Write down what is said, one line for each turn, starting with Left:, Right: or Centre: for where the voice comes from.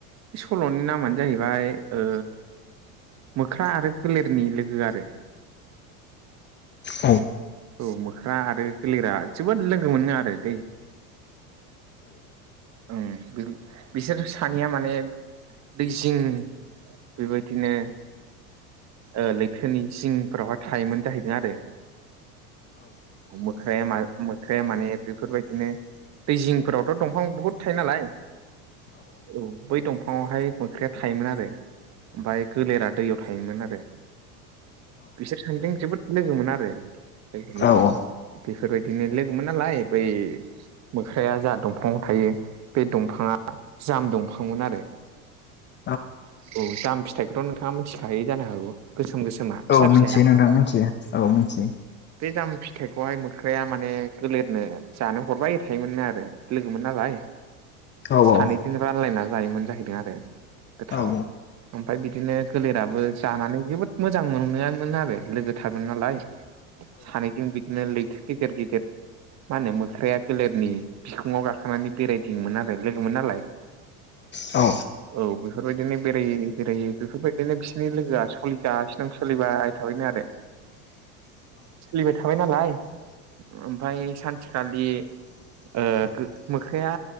Right: बे सल'नि नामानो जाहैबाय ओ मोख्रा आरो गोलेरनि लोगो आरो
Left: औ
Right: औ मोख्रा आरो गोलेरा जोबोद लोगोमोननो आरो दै ओं बिसोर सानैया माने दैजिं बेबायदिनो ओ लैथोनि सिंफोरावहाय थायोमोन जाहैदों आरो मोख्रा मा मोख्राया माने बेफोरबायदिनो दै जिंफोरावथ' दंफां बुहुद थायो नालाय औ बै दंफाङावहाय मोख्राया थायोमोन आरो ओमफाय गोलेरा दैयाव थायोमोन आरो बिसोर सानैजों जोबोद लोगोमोन आरो लोगोमोन
Left: औ
Right: बेफोर बायदिनो लोगोमोन नालाय बै मोख्राया जा दंफङाव थायो बे दंफाङा जाम दंफांमोन आरो
Left: <inaudible>
Right: औ जाम फिथाइखौथ' नोंथाङा मिथिखायो जानो हागौ गोसोम गोसोमा फिसा
Left: औ मिथियो
Right: फिसाया
Left: नोंथां मिथियो औ मिथियो
Right: बे जाम फिथाइखौहाय मोख्राया माने गोलेरनो जानो हरबाय थायोमोननो आरो लोगोमोन नालाय
Left: औ
Right: सानैजों
Left: औ
Right: रानलायना जायोमोन जाहैदों आरो गोथाव
Left: औ
Right: ओमफाय बिदिनो गोलेराबो जानानै जोबोद मोजां मोननायामोन आरो लोगो थारमोन नालाय सानैजों बिदनो लैथो गेजेर गेजेर मा होनो मोख्राया गोलेरनि फिखुङाव गाखोनानै बेरायदिङोमोन आरो लोगोमोन नालाय
Left: औ
Right: औ बेफोर बायदिनो बेरायै बेरायै बेफोर बायदिनो बिसोरनि लोगोआ सलिगासिनो दं सोलिबाय थाबायनो आरो सोलिबाय थाबाय नालाय ओमफाय सानसेखालि ओ गो मोख्राया